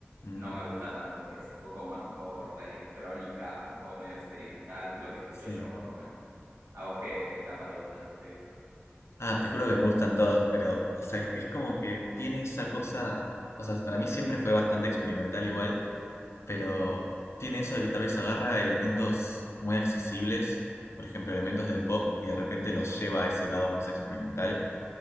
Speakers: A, on the left; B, on the right.
A: Mm,
B: no me gusta tanto, que se fue como más un poco por la electrónica, un poco medio experimental, lo que escuché
A: sí.
B: yo por lo menos. ¿A vos qué, qué etapa te gusta de Björk?
A: Ah, te juro que me gustan todas, pero, o sea, es, es como que tiene esa cosa, o sea, para mí siempre fue bastante experimental igual, pero tiene eso de que tal vez agarra elementos muy accesibles, por ejemplo, elementos del pop, y de repente los lleva a ese lado más experimental.